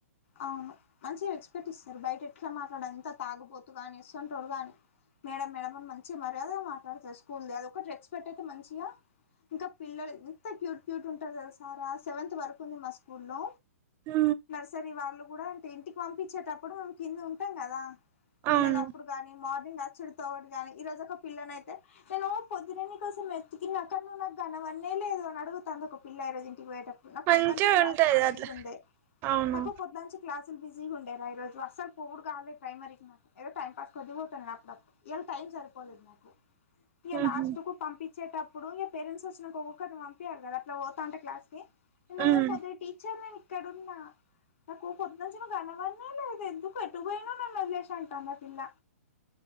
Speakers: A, on the left; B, on the right.
A: అవును మంచిగ రేస్క్ట్ ఇస్తారు బయట ఎట్లా మాట్లాడ ఇంత తాగుపోతు ని ఇస్తుంటోడు కాని మేడం మేడం అని మంచిగా మర్యాద మాట్లాడతారు స్కూల్డీ అంటూ అది ఒకటి రెస్పెక్ట్ అయితే మంచిగా ఇంక పిల్లలు ఇంత క్యూట్ క్యూట్ ఉంటారు కదా సారా సెవెంత్ వరకు ఉంది మా స్కూల్లో
B: ఆ
A: సర వాళ్ళు కూడా అంటే ఇంటికి పంపించేటప్పుడు మేము కింద ఉంటాం కదా పిల్లలు
B: అవును
A: అప్పుడు గాని మార్నింగ్ అచ్చడితోవడు గాని ఈ రోజు ఒక పిల్లనయితే నేను పొద్దున కోసం ఎత్తుకిన్నా కా నువవు నాకు ఘనంన్ననే లేదు అని అడుగుతది ఒక పిల్ల రోజు ఇంటికి పోయటడు నాకు
B: మంచిగా
A: పొద్దుంచే క్లాసులు
B: ఉంటది
A: బిజీగ
B: అట్లా
A: ఉండే
B: అవును
A: <unintelligible> నుంచి క్లాసులు బిజీగా ఉండేరా ఈ రోజు అసలు పొవుడుగాాలే ప్రైమరీకి నా ఏదో టైమ్ పాస్ <unintelligible> నా అప్పు <unintelligible> టైమ్ సరిపో పోదు నా ఇగ
B: ఉహు
A: లాస్ట్ కు పంపించేటప్పుడు ఇగ పేరెంట్స్ వచ్చినంకా ఒక్కొక్కరీని పంపియ్యారు కదా అట్లా పోతాంటె క్లాస్ కి నువ్వు
B: ఉమ్
A: పొద్దు టీచర్ నేను ఇక్కడన్నా నాకు పొద్దుంచి నువ్వు కనపడనేలేదు ఎందుకు ఎటు పోయినవు నన్ను వదిలేసి అంటాది ఆ పిల్ల